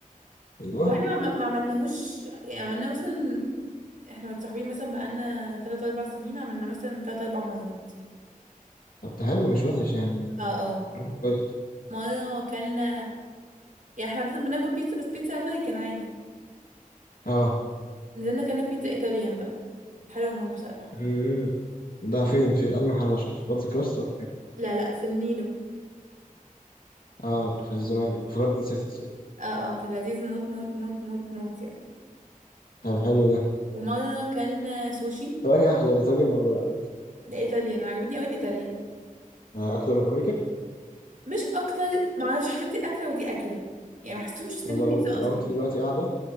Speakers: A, on the left; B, on the right.
A: ايوه
B: واحنا ما ما عملناهوش يعني عملنا مثلا احنا متصاحبين مثلا بقالنا 3 4 سنين عملنا مثلا 3 4 مرات
A: طب ده حلو مش وحش يعني
B: اه اه
A: رقم كويس
B: مره اكلنا يعني احنا عاده بناكل بيتزا بس بيتزا امريكان عادي
A: اه
B: نزلنا اكلنا بيتزا ايطاليان بقى كانت حلوه موت بصراحه
A: مم. ده فين فين أي محل عشان في باتزا كراست ولا فين؟
B: لا لا في النيلو
A: اه اللي في الزمالك في جاردن سيتي سوري.
B: اه اه كان لذيذ موت موت موت موت موت يعني
A: طب حلو ده
B: ومره اكلنا سوشي
A: طب أنهي أحلى الإيطاليان ولا الأمريكان؟
B: ده ايطاليان عجبتني قوي الايطاليان
A: آه، أكتر من الأمريكان؟
B: مش اكتر معرفش حسيت دي اكله ودي اكله يعني ما حسيتهمش الاتنين
A: طب لو
B: بيتزا اصلا
A: لو أنت دلوقتي قاعدة